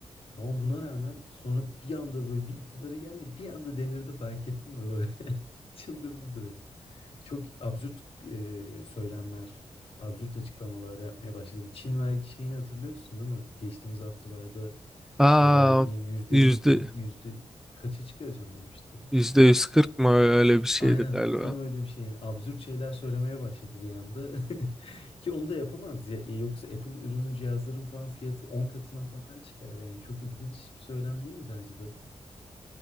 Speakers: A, on the left; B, in the centre.
A: Ama buna rağmen sonra bir anda böyle bir iktidarı geldi. Bir anda delirdi fark ettin mi böyle? <laughs> Çıldırdı direkt. Çok absürt e, söylemler, absürt açıklamalar yapmaya başladı. Bu Çin vergi şeyini hatırlıyorsun değil mi? Geçtiğimiz haftalarda
B: Aa
A: işte vergiyi yüzde
B: yüzde
A: yüz, bil- yüzde kaça çıkaracağım demişti.
B: yüzde yüz kırk mı öyle bir şeydi
A: Aynen
B: galiba.
A: tam öyle bir şey. Yani absürt şeyler söylemeye başladı bir anda. <laughs> Ki onu da yapamaz ya. E, Yoksa Apple ürünü cihazların falan fiyatı 10 katına falan çıkar. Yani çok ilginç bir söylem değil mi sence de?